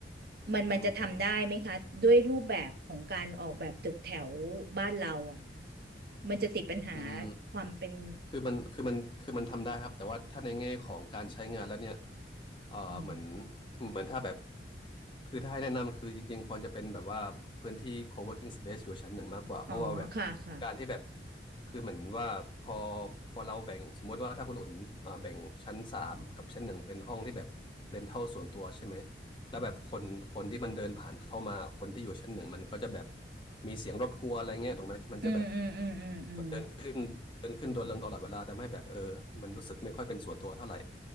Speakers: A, on the right; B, on the left.
A: มันมันจะทำได้ไหมคะด้วยรูปแบบของการออกแบบตึกแถวบ้านเราอ่ะ
B: อืม
A: มันจะติดปัญหา
B: อืมคอ
A: ความเป็น
B: คือมันคือมันคือมันทำได้ครับแต่ว่าถ้าในแง่ของการใช้งานแล้วเนี่ยเอ่อเหมือน
A: อืม
B: เหมือนถ้าแบบคือถ้าให้แนะนำคือจริงๆควรจะเป็นแบบว่าพื้นที่ co-working space อยู่ชั้นหนึ่งมากกว่าเพราะว่าแบบ
A: อ๋อค่ะค่ะ
B: การที่แบบคือเหมือนว่าพอพอเราแบ่งสมมติว่าถ้าคุณอุ่นอ่าแบ่งชั้นสามกับชั้นหนึ่งเป็นห้องที่แบบเรนทัลส่วนตัวใช่ไหม แล้วแบบคนคนที่มันเดินผ่านเข้ามาคนที่อยู่ชั้นหนึ่งมันก็จะแบบมีเสียงรบกวนอะไรเงี้ยถูกไหมมันจะแบบ
A: อืมอืมอืมอืมอืม
B: เดินขึ้นเดินขึ้นโดนลงตลอดเวลาทำให้แบบเออมันรู้สึกไม่ค่อยเป็นส่วนตัวเท่าไหร่